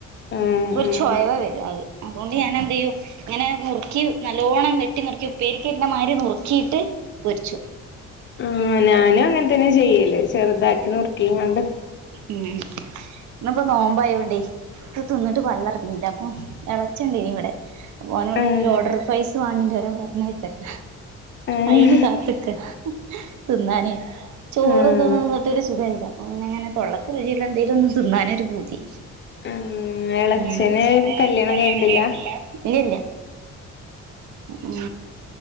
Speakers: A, on the left; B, on the right.
A: ഉം
B: അപ്പൊ ഒരു
A: ഉം
B: ചോയവ വരും അത് അതുകൊണ്ട് ഞാനെന്ത് ചെയ്യും ഇങ്ങനെ നുറുക്കി നല്ലോണം വെട്ടി നുറുക്കി ഉപ്പേരിക്കിട്ടണ്ട മാതിരി നുറുക്കിയിട്ട് പൊരിച്ചു
A: ആഹ് ഞാനും അങ്ങനെത്തന്നെ ചെയ്യല് ചെറുതാക്കി നുറുക്കികാണ്ട്
B: ഉം ഇന്നിപ്പൊ നോമ്പായൊണ്ടേ <unintelligible> തിന്നിട്ട് പള്ളർനീല്ല അപ്പൊ എളച്ചണ്ടെനി ഇവടെ ഓനോടെ
A: ആഹ്
B: ഓർഡർ പ്രൈസ് വാങ്ങികൊ ണ്ടരാൻ പറഞ്ഞായ്ച്ചക്ക
A: ആഹ്
B: അയിന് കാത്ത്ക്ക തിന്നാനേ ചോറ്
A: ആഹ്
B: ഇതൊന്നും തിന്നിട്ട് ഒരു സുഖം ഇല്ല അപ്പംപിന്നെങ്ങനെ തൊള്ളക്ക് രുചിയുള്ള എന്തേലും ഒന്ന് തിന്നാനൊരു പൂതി
A: ഉം എളച്ചന്
B: എളച്ഛന് കല്യാണം
A: കഴിഞ്ഞിട്ടില്ല
B: കഴിച്ചിട്ടില്ല ഇല്ല ഇല്ല ഉം